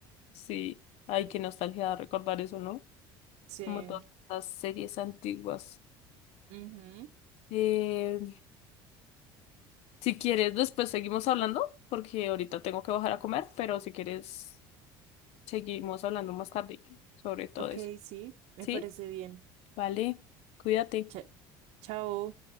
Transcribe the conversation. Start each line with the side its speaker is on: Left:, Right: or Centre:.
Left: Sí. Ay, qué nostalgia recordar eso, ¿no?
Right: Sí.
Left: Como todas las series antiguas.
Right: Ujú.
Left: Eh, si quieres, después seguimos hablando, porque ahorita tengo que bajar a comer, pero si quieres, seguimos hablando más tarde sobre todo
Right: Ok,
Left: eso.
Right: sí, me
Left: ¿Sí?
Right: parece bien.
Left: Vale. Cuídate.
Right: Cha- chao.